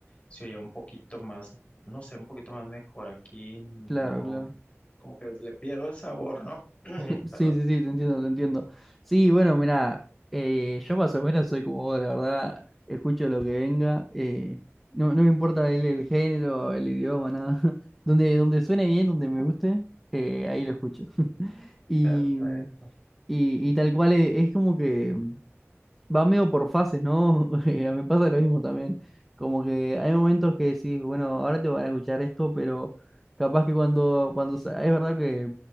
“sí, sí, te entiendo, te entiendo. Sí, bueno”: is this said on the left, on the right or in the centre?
Centre